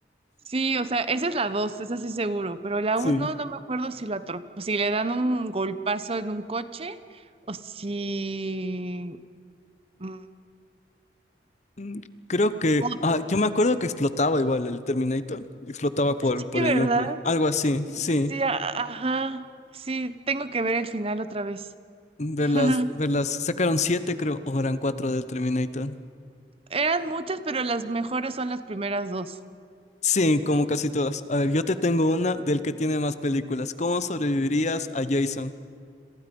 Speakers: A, on the right; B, on the left.
A: Sí, o sea, esa es la dos, esa sí seguro, pero la
B: <laughs>
A: uno
B: Sí.
A: no me acuerdo si lo atrop- si le dan un golpazo en un coche o si... mm,
B: Mm, Creo que,
A: o-
B: ah, yo me acuerdo que explotaba igual el Terminator, explotaba por,
A: sí,
B: por
A: ¿verdad?
B: el núcleo, algo así,
A: Sí,
B: sí.
A: sí, sí, a- ajá. Sí, tengo que ver el final otra vez.
B: Verlas,
A: <laughs>
B: verlas, sacaron siete creo, o eran cuatro del Terminator.
A: Eran muchas, pero las mejores son las primeras dos.
B: Sí, como casi todas. A ver, yo te tengo una del que tiene más películas. ¿Cómo sobrevivirías a Jason?